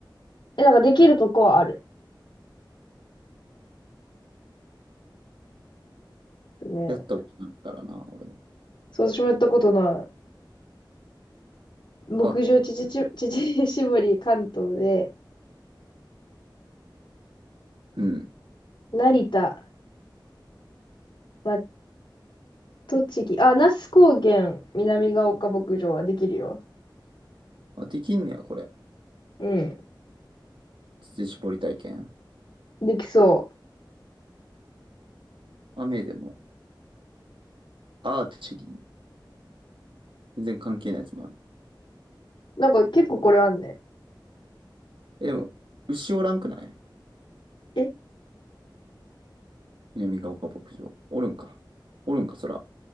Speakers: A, on the left; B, on the right.
A: え、なんかできるとこはある。ね。
B: やったことないからな、俺も。
A: そう、私もやったことない。牧場乳搾り乳搾り関東で、
B: あ、うん。
A: 成田、まあ、栃木、あ、那須高原南ヶ丘牧場はできるよ。
B: あ、できんねや、これ。
A: うん。
B: 乳搾り体験。
A: できそう。
B: 雨でも。アーチェリー。全然関係ないやつもある。
A: なんか結構これあんね。
B: え、でも、牛おらんくない
A: え
B: 南ヶ丘牧場。おるんか。おるんか、そら。